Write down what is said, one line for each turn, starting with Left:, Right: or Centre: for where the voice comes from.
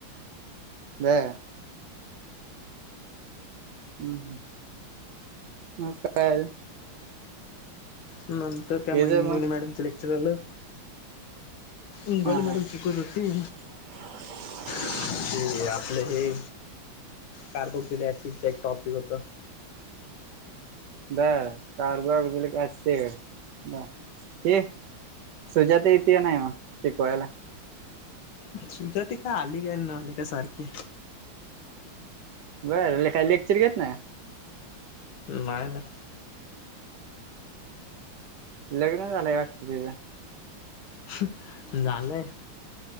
Right: ह. हम्. ह. म काय?
Left: नंतर म त्या
Right: हे
Left: मग इंगवले
Right: ज
Left: मॅडम च लेक्चर झालं. इंगवले
Right: हा
Left: मॅडम
Right: हा
Left: शिकवत होती.
Right: <unintelligible>
Left: ते आपलं हे. कार्बोक्सलेक आसिडच एक टॉपिक होत.
Right: बर. कार्बोहायड्रोलिक ऍसिड क <unintelligible> सुजाता येतीय का नाही मग शिकवायला?
Left: सुजाता काय आली न आली काय सारखी.
Right: बरं लेखाय लेक्चिर घेत नाय.
Left: नाय नाय.
Right: लग्न झालंय वाटत तीज.
Left: ह <unintelligible> ह झालंय.